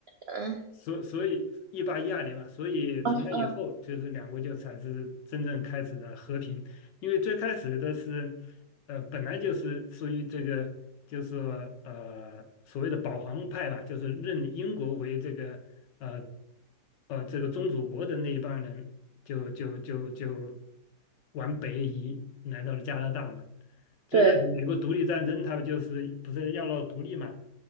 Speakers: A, on the right; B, on the left.
A: 嗯，
B: 所所以一八一二年嘛，所以从那以后，
A: 二嗯，
B: 就是两国就才是真正开始了和平。因为最开始的是，呃，本来就是属于这个，就是说呃所谓的保皇派吧，就是认英国为这个呃呃这个宗主国的那一帮人，就就就就往北移来到了加拿大嘛。最开始美国独立战争，
A: 对，
B: 他们就是不是要闹独立嘛？